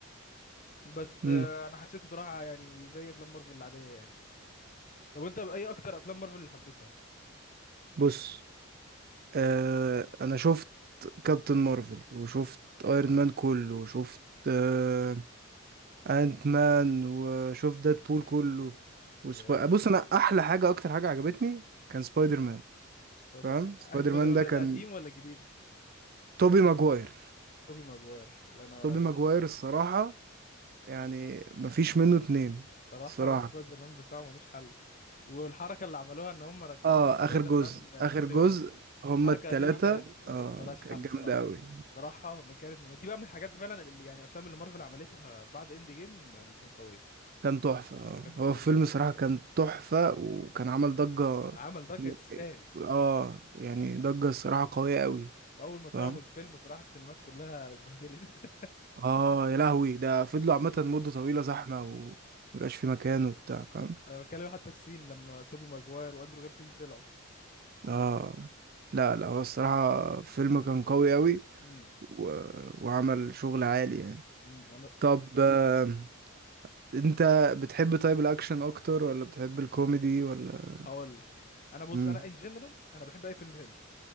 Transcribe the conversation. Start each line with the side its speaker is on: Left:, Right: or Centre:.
Left: بس
Right: امم
Left: آه، انا حسيته صراحه يعني زي افلام مارفل العاديه يعني طب وانت باي اكتر افلام مارفل اللي حبيتها
Right: بص آه انا شفت كابتن مارفل وشفت ايرون مان كله وشفت آه انت مان وشفت ديد بول كله وسبا...
Left: جامد
Right: بص انا احلى حاجه اكتر حاجه عجبتني كان سبايدر مان
Left: سبايدر
Right: فاهم سبايدر
Left: انا سبايدر
Right: مان ده
Left: مان
Right: كان
Left: القديم ولا الجديد
Right: توبي ماجواير
Left: توبي ماجواير الله ينور
Right: توبي
Left: عليك
Right: ماجواير الصراحه يعني مفيش منه اتنين
Left: صراحه
Right: الصراحه
Left: سبايدر مان بتاعه ملوش حل والحركه اللي عملوها ان هم رجعوه
Right: اه
Left: في سبايدر
Right: اخر جزء
Left: مان آه،
Right: اخر
Left: نو واي
Right: جزء
Left: هوم
Right: هما
Left: الحركه
Right: التلاتة
Left: دي كانت
Right: اه
Left: كانت ملهاش
Right: كانت
Left: حل
Right: جامدة
Left: صراحه
Right: أوي
Left: صراحه ما كانت دي بقى من الحاجات فعلا اللي يعني افلام اللي مارفل عملتها بعد اند جيم اللي كانت قويه
Right: كان تحفة آه.
Left: كان فظيع
Right: هو الفيلم صراحة كان تحفة وكان عمل ضجة
Left: عمل ضجه
Right: م-
Left: تستاهل
Right: اه يعني ضجة الصراحة قوية قوي
Left: واول ما طلعوا
Right: فاهم
Left: في الفيلم صراحه السينمات كلها اتبهدلت
Right: اه يا لهوي ده فضلوا عامة مدة طويلة زحمة ومبقاش في مكان وبتاع فاهم
Left: انا بتكلم حتى السين لما توبي ماجواير واندرو جارفيلد طلعوا
Right: اه لا لا هو الصراحة فيلم كان قوي قوي
Left: امم
Right: و... وعمل شغل عالي يعني
Left: أمم، انا
Right: طب آه انت بتحب طيب الاكشن اكتر ولا بتحب الكوميدي ولا
Left: هقول لك انا بص
Right: امم
Left: انا ان جنرال انا بحب اي فيلم حلو